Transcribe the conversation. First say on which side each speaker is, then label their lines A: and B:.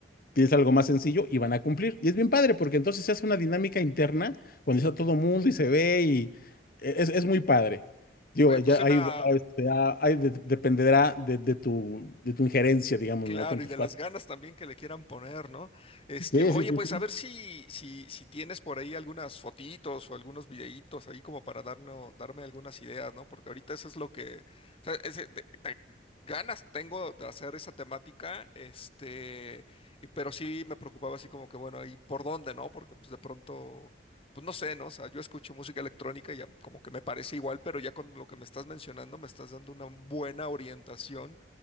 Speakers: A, on the left; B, on the left.
A: tienes algo más sencillo y van a cumplir. Y es bien padre porque entonces se hace una dinámica interna cuando está todo mundo y se ve y e, es, es muy padre. Digo,
B: Oye,
A: ya
B: pues suena,
A: ahí, va- ah, este, ah, ahí de- dependerá de, de tu, de tu injerencia, digamos,
B: Claro,
A: ¿no? Con tus
B: y de
A: cuatro.
B: las ganas también que le quieran poner, ¿no? Este,
A: Sí,
B: oye,
A: sí, sí,
B: pues
A: sí.
B: a ver si, si, si tienes por ahí algunas fotitos o algunos videitos ahí como para darnos, darme algunas ideas, ¿no? Porque ahorita eso es lo que, o sea, ese- de- te- ganas tengo de hacer esa temática, este, y- pero sí me preocupaba así como que, bueno, ¿y por dónde, no? Porque pues de pronto, pues no sé, ¿no? O sea, yo escucho música electrónica y ya como que me parece igual, pero ya con lo que me estás mencionando me estás dando una buena orientación